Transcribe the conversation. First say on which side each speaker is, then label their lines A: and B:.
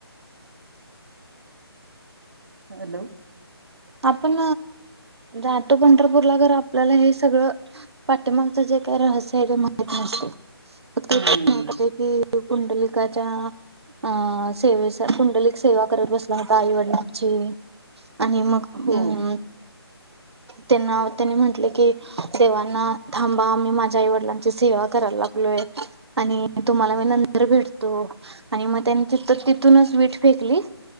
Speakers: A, on the right (about 55°); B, on the right (about 75°).
A: हॅलो.
B: आपण जातो पंढरपूरला तरर आपल्याला हे सगळं पाठिंमागच जे काय रहस्य आहे ते माहित नसते
A: हम्म
B: मे की. पुंडलिकाच्या अ सेवेसाठी. पुंडलिक सेवा करत बसला होता आई वडलां- ची आणि- हम्
A: हो
B: हम. त्यांना त्यांनी म्हंटले की देवांना थांबा मी माझ्या आई वडिलांची सेवा करायला लागलोय आणि तुम्हाला मी न नंतर भेटतो. आणि मग त्यांनी त तिथूनच वीट फेकली-